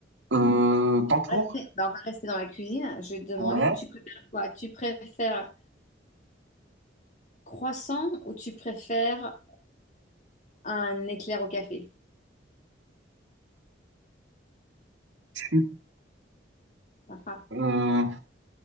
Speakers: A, on the right; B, on the left.
A: euh, ton tour.
B: Restez- bah, on va rester dans la cuisine. Je vais te demander,
A: Ouais.
B: tu préfères quoi? Tu préfères croissant ou tu préfères un éclair au café?
A: je suis-
B: Ah, ah,
A: Euh,